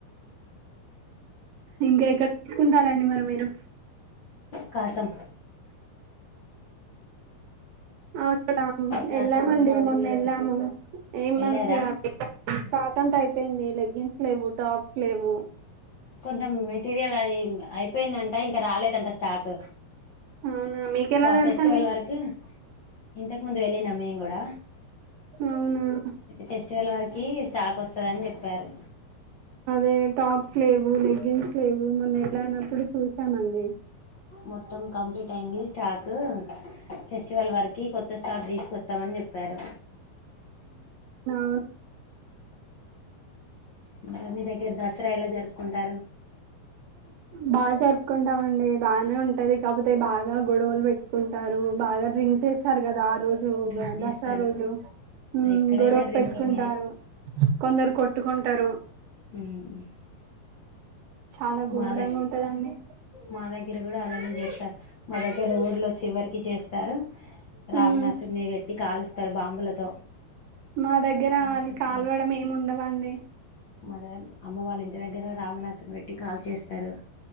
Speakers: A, on the right; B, on the left.
A: ఇంకెక్కడ తీసుకుంటారండి మరి మీరు
B: కాశం
A: ఆ
B: కాసంలో
A: ఎళ్ళామండి
B: అయితేనే
A: మొన్న
B: క్లాత్
A: ఎళ్ళాము ఏం
B: వెళ్ళారా
A: మంచిగా కాకుంట అయి పోయింది లెగ్గిన్స్ లేవు టాప్స్ లేవు
B: కొంచెం మెటీరియల్ అయి అయిపోయిందంట రాలేదంట స్టాక్
A: అవునా మీకెలా
B: ఫ
A: తెలుసండి
B: ఫెస్టివల్ వరకు ఇంత ముందు వెళ్ళినమేము గూడా
A: అవునా
B: ఫెస్టివల్ వరకు కి స్టాక్ ఒస్తదని జెప్పారు
A: అదే టాప్స్ లేవు లెగింగ్స్ లేవు మొన్న ఎళ్ళానప్పుడు చూసామండి
B: మొత్తం కంప్లీట్ అయింది స్టాక్ ఫెస్టివల్ వరకి కొత్త స్టాక్ దీస్కొస్తా తం అన్ జెప్పారు
A: మ్ అవు
B: ఇంగ మీ దగ్గర దసరా ఎల జరుపుకుంటారు
A: బా జరుపుకుంటామండి బానే ఉంటది కాకపోతే బాగా గొడవలు పెట్టుకుంటారు బాగా డ్రింక్ చేస్తారు గదా ఆ రోజు
B: డ్రింక్ చేస్తారు
A: దసరా రోజు మ్
B: ఎక్కడైనా
A: గొడవ
B: డ్రింకింగే
A: పెట్టుకుంటారు కొందరు కొట్టుకుంటరు
B: మ్
A: చాలా
B: మాదె
A: ఘోరంగా ఉంటదండి
B: మాద దగ్గర గూడా అలానే చేస్తారు మా దగ్గర ఊర్లో చివరికి చేస్తారు రావణాసు
A: ఉమ్
B: వెట్టి కాలుస్తరు బాంబులతో
A: మా దగ్గర
B: కాల్చేసి
A: కాల్వడం ఏమ్ ఉండవండి
B: మద అమ్మ వాళ్ళ ఇంటి దగ్గర రామణాసురుని వెట్టి కాల్చేస్తారు